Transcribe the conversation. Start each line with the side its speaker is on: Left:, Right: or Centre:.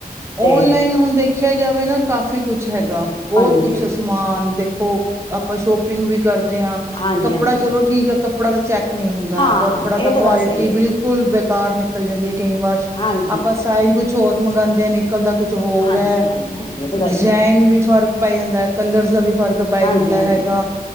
Left: ਤੇ
Right: ਔਨਲਾਈਨ ਹੁਣ ਦੇਖ ਦੇਖਿਆ ਜਾਵੇ ਨਾ ਕਾਫੀ ਕੁਛ ਹੈਗਾ ਬੋਤ
Left: ਹਾਂਜੀ
Right: ਕੁਛ ਸਮਾਨ ਦੇਖੋ ਆਪਾਂ ਸ਼ੋਪ ਪਿੰਗ ਵੀ ਕਾਰਦੇ ਆਂ।
Left: ਹਾਂਜੀ
Right: ਕੱਪੜਾ
Left: ਹਾਂਜੀ
Right: ਚਲੋ ਠੀਕ ਆ, ਕੱਪੜਾ ਦਾ ਚੈੱਕ ਨੀ ਹੁੰਦਾ,
Left: ਹਾਂ
Right: ਕੱਪੜਾ
Left: ਇਹ
Right: ਦਾ ਕੁਆਲਟੀ
Left: ਤਾਂ ਗੱਲ ਸਹੀ
Right: ਬਿਲ
Left: ਹੈ
Right: ਕੁਲ ਬੇਕਾਰ ਨਿਕਲ ਜਾਂਦੀ ਏ ਕਈ ਵਾਰ,
Left: ਹਾਂਜੀ
Right: ਆਪਾ ਸਾਈਜ਼ ਕੁਛ ਹੋਰ ਮੰਗਾਂਦੇ ਆ ਨਿ ਨਿਕਲਦਾ ਕੁਛ ਹੋਰ
Left: ਹਾਂਜੀ
Right: ਐ,
Left: ਹਾਂਜੀ ਹਾਂਜੀ ਇਹ ਤਾਂ ਗੱਲ
Right: ਡਿਜ਼ੈਈਨ
Left: ਠੀਕ ਹੈ
Right: ਵੀ ਫ਼ਰਕ ਬੈ ਜਾਂਦੈ, ਕਲਰਸ ਦਾ ਵੀ ਫ਼ਰਕ ਪੈ
Left: ਹਾਂਜੀ
Right: ਜਾਂਦਾ
Left: ਹਾਂਜੀ
Right: ਹੈਗਾ।